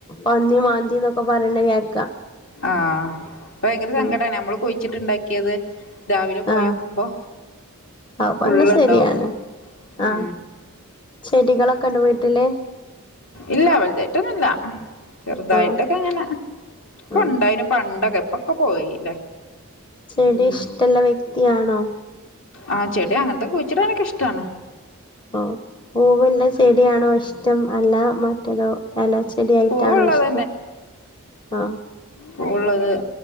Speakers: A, on the left (about 20°); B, on the left (about 65°).
A: പന്നി മാന്തി ന്നൊക്കെ പറയണെ കേക്കാ
B: ആഹ് ഭയങ്കര സങ്കടാണ്
A: ഉം
B: ഞമ്മള് കൊഴിച്ചിട്ടുണ്ടാ ക്ക്യത് രാവിലെ പോയോക്കുമ്പോ
A: ആഹ് അത്
B: ഫുള്ള്ണ്ടാവും
A: പറഞ്ഞ ശരിയാണ്
B: ഉം
A: ആഹ് ചെടികളൊക്കെ ഉണ്ട് വീട്ടില്
B: ഇല്ല വലുതായിട്ടൊന്നും ഇല്ല ചെറുതായിട്ടൊക്കെ
A: ആഹ്
B: ങ്ങനെ കൊണ്ടായിന്
A: ആഹ്
B: പണ്ടൊക്കെ ഒക്കെ പോയില്ലേ
A: ചെടി
B: ഉം
A: ഇഷ്ടള്ള വ്യക്തിയാണോ
B: ആഹ് ചെടി അങ്ങൻത്തോകുഴിച്ചിടാനോക്കെ ഇഷ്ടാണ്
A: ഓഹ് പൂവ്ല്ല ചെടിയാണോ ഇഷ്ടം അല്ല മറ്റേതോ എല ചെടിയായിട്ടാണോ
B: പൂവുള്ളത്
A: ഇഷ്ടം ആഹ്
B: പൂവ്ള്ളത്